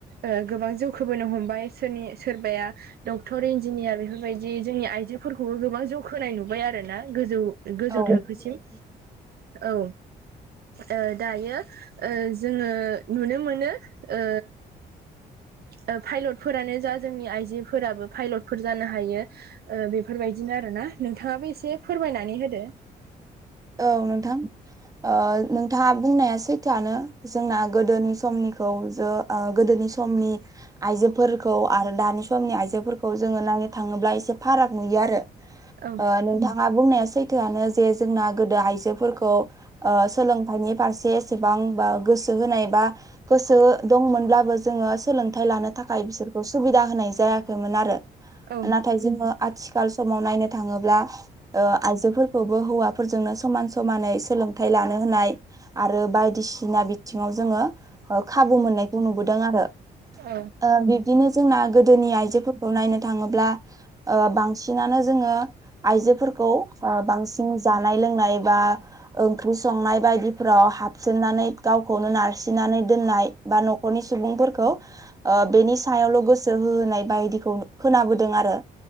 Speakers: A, on the right; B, on the right.
A: ओ गोबां जौखोबोनो हमबाय सोरनि सोरबाया डक्टर इन्जिनियार बेफोरबायदि जोंनि आइजोफोरखौबो गोबां जौखोनाय नुबाय आरो ना गोजौ गोजौ
B: औ
A: थाखोसिम औ ओ दायो ओ जोङो नुनो मोनो ओ ओ फायलटफोरानो जा जोंनि आइजोफोराबो फायलटफोर जानो हायो ओ बेफोरबायदिनो आरो ना नोंथाङाबो एसे फोरमायनानै होदो
B: औ नोंथां ओ नोंथाङा बुंनाया सैथोआनो जोंना गोदोनि समनिखौ जो ओ गोदोनि समनि आइजोफोरखौ आरो दानि समनि आइजो फोरखौ जोङो नायनो थाङोब्ला एसे फाराग नुयो आरो
A: औ
B: ओ नोंथां ङा बुंनाया सैथोआनो जे जोंना गोदो आइजोफोरखौ ओ सोलोंथाइनि फारसे एसेबां बा गोसो होनाय बा गोसो दंमोनब्लाबो जोङो सोलों थाइ लानो थाखाय बिसोरखौ सुबिदा होनाय जायाखैमोन आरो
A: औ
B: नाथाय जोङो आथिखाल समाव नायनो थाङोब्ला ओ आइजोफोरखौबो हौवाफोरजोंनो समान समानै सोलोंथाइ लानो होनाय आरो बायदिसिना बिथिङाव जोङो ओ खाबु मोननायखौ नुबोदों आरो
A: औ
B: ओ बि दिनो जोंना गोदोनि आइजोफोरखौ नायनो थाङोब्ला ओं बांसिनानो जोङो आइजोफोरखौ खौ ओ बांसिन जानाय-लोंनाय बा ओंख्रि संनाय बायदिफ्राव हाबसोमनानै गावखौनो नारसिननानै दोननाय बा न'खरनि सुबुंफोरखौ ओ बेनि सायावल' गोसो होहोनाय बायदिखौ खोनाबोदों आरो